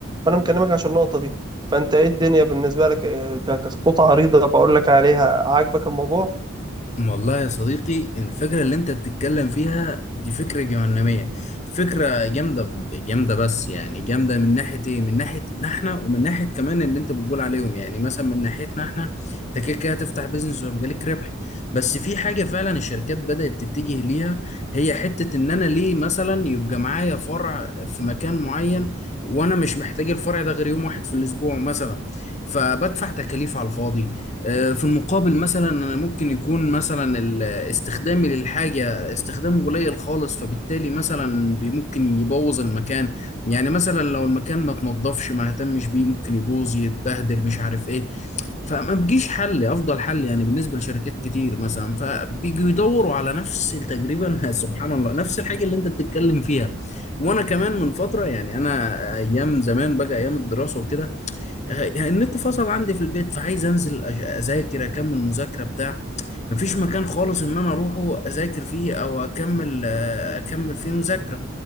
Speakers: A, on the right; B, on the left.
A: فانا مكلمك عشان النقطه دي فانت ايه الدنيا بالنسبه لك آه، ك- كخطوط عريضه بقول لك عليها عاجبك الموضوع
B: والله يا صديقي الفكرة اللي انت بتتكلم فيها دي فكرة جهنمية فكرة جامدة جامدة بس يعني جامدة من ناحية ايه من ناحية احنا ومن ناحية كمان اللي انت بتقول عليهم يعني مثلا من ناحيتنا احنا انت كده كده هتفتح بيزنس وهيبقى ليك ربح بس في حاجة فعلا الشركات بدأت تتجه ليها هي حتة ان انا ليه مثلا يبقى معايا فرع في مكان معين وانا مش محتاج الفرع ده غير يوم واحد في الاسبوع مثلا فبدفع تكاليف على الفاضي آه، في المقابل مثلا انا ممكن يكون مثلا ال- استخدامي للحاجه استخدام قليل خالص فبالتالي مثلا بي- ممكن يبوظ المكان يعني مثلا لو المكان ما تنضفش ما اهتمش بيه ممكن يبوظ يتبهدل مش عارف ايه فما بيجيش حل افضل حل يعني بالنسبه لشركات كتير مثلا فبيجوا يدوروا على نفس تقريبا <laughs> سبحان الله نفس الحاجه اللي انت بتتكلم فيها وانا كمان من فتره يعني انا ايام زمان بقى ايام الدراسه وكده يعني النت فصل عندي في البيت فعايز انزل أج- اذاكر اكمل مذاكره بتاع مفيش مكان خالص ان انا اروحه اذاكر فيه او اكمل آه، اكمل فيه مذاكره